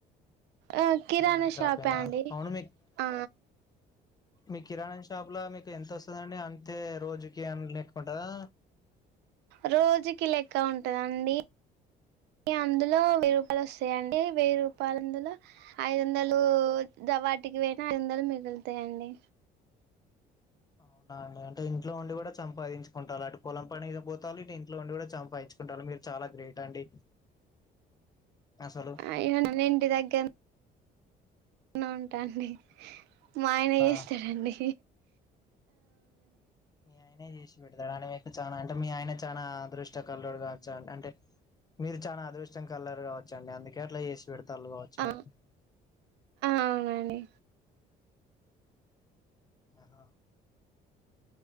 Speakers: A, on the right; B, on the left.
A: ఆ కిరాణా
B: కిరాణం
A: షాపే
B: షాపేనా
A: అండి
B: అవును
A: ఆ
B: మీ కిరాణ షాప్ లా మీ ఎంత వస్తదండి అంతే రోజుకి ఆన్ లెక్ కొంటారా
A: రోజుకి లెక్క ఉంటదండి అందులో వెయ్యి రూపాయలు వస్తాయిడి వెయ్యి రూపాయలందులో ఐదు వందలు ద వాటికి వెయినా ఐదు వందలు మిగులుతాయండి.
B: అవునా అండి అంటే ఇంట్లో ఉండి కూడా సంపాదించుకుంటారు అటు పొలం పని పోతారు ఇ ఇంట్లో ఉండి కూడా చంపాదించుకుంటారు మీరు చాలా గ్రేట్ అండి. అసలు
A: అయన నన్నింటి దగ్గ న్ ఉంటాండి మా ఆయన
B: అవునా
A: చేస్తాాడండి.
B: మీ ఆయనే జేసి డతాడు అని మీకు చానా అంటే మీ ఆయన చానా అదృష్ట కల్లోడు గావచ్చా అంటే మీరు చాలా అదృష్టం కలర్ గావచ్చండి అందుకే అట్ల జేసిండు పెడతాళ్లు గావచ్చ
A: ఆ
B: ఎగ్
A: అవునండి
B: ఆహా